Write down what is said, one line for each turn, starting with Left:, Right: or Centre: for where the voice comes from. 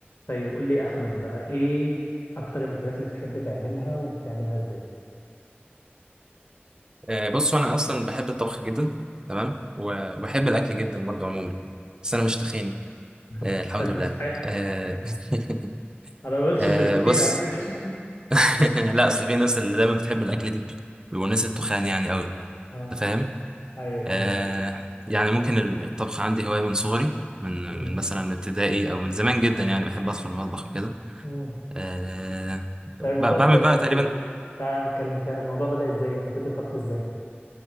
Left: طيب قول لي يا احمد بقى ايه اكتر الاكلات اللي بتحب تعملها وبتعملها ازاي
Right: آه، بصوا انا اصلا بحب الطبخ جدا تمام و- وبحب الاكل جدا برضو عموما بس انا مش تخين
Left: <laughs>
Right: آه، الحمد
Left: طيب
Right: لله
Left: حلو
Right: آه، <laughs>
Left: انا ما قلتش
Right: آه،
Left: انك تخين
Right: بص
Left: على فكره
Right: <laughs>
Left: <laughs>
Right: لا اصل في ناس اللي دايما بتحب الاكل دي بيبقوا ناس التخان يعني قوي
Left: اه
Right: انت فاهم
Left: ايوه كمل
Right: آه، يعني ممكن ال- الطبخ عندي هوايه من صغري من
Left: مم.
Right: من مثلا من ابتدائي او من زمان جدا يعني بحب ادخل المطبخ وكده
Left: مم.
Right: آه،
Left: طيب
Right: ب-
Left: الموضوع
Right: بعمل
Left: بدأ
Right: بقى
Left: ازاي
Right: تقريبا
Left: تعال نتكلم كده الموضوع بدأ ازاي حبيت الطبخ ازاي